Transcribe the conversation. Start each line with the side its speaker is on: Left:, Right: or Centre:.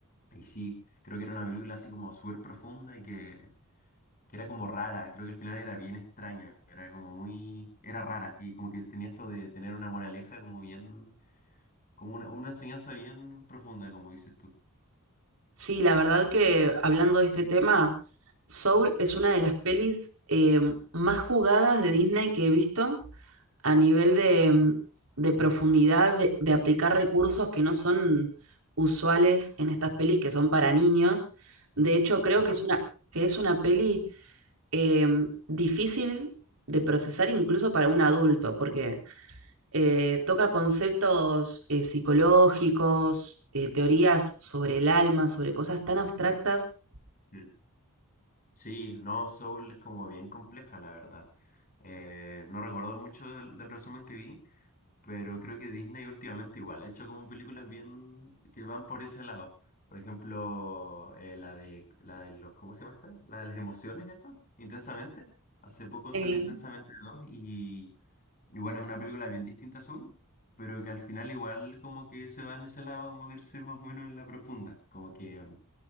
Left: Y sí, creo que era una película así como súper profunda y que, que era como rara. Creo que al final era bien extraña Era como muy... Era rara. Y como que tenía esto de tener una moraleja como bien... Como una, una enseñanza bien profunda, como dices tú.
Right: Sí, la verdad que hablando de este tema, Soul es una de las pelis eh, más jugadas de Disney que he visto a nivel de, mm, de profundidad, de, de aplicar recursos que no son usuales en estas pelis que son para niños. De hecho, creo
Left: Ajá.
Right: que es una, que es una peli eh, difícil de procesar incluso para un adulto, porque eh, toca conceptos eh, psicológicos, eh, teorías sobre el alma, sobre cosas tan abstractas.
Left: Sí, Sí, no, Soul es como bien compleja, la verdad. Eh, no recuerdo mucho del, del resumen que vi, Pero creo que Disney últimamente igual ha hecho como películas bien que van por ese lado. Por ejemplo, eh, la de la de los, ¿cómo se llama esta? La de las emociones esta, Intensamente. Hace poco
Right: Sí.
Left: salió Intensamente dos y, y bueno, es una película bien distinta a Soul, pero que al final igual como que se va en ese lado como de irse más o menos en la profunda. Como que